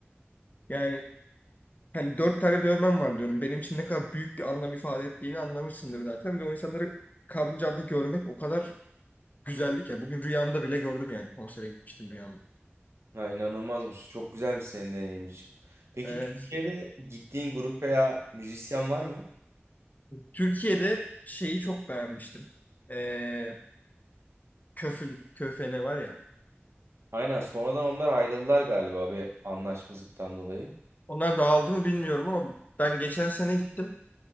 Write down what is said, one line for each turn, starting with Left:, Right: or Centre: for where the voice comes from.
Left: Yani Hani dört tane dövmem var diyorum. Benim için ne kadar büyük bir anlam ifade ettiğini anlamışsındır zaten. Ve o insanları kanlı canlı görmek o kadar güzeldi ki. Bugün rüyamda bile gördüm yani. Konsere gitmiştim rüyamda.
Right: Ha, inanılmazmış. Çok güzelmiş senin deneyim için. Peki
Left: Evet.
Right: Türkiye'de gittiğin grup veya müzisyen var mı?
Left: Türkiye'de şeyi çok beğenmiştim. Ee, Köfün, Köfene var ya.
Right: Aynen sonradan onlar ayrıldılar galiba bir anlaşmazlıktan dolayı.
Left: Onlar dağıldı mı bilmiyorum ama ben geçen sene gittim.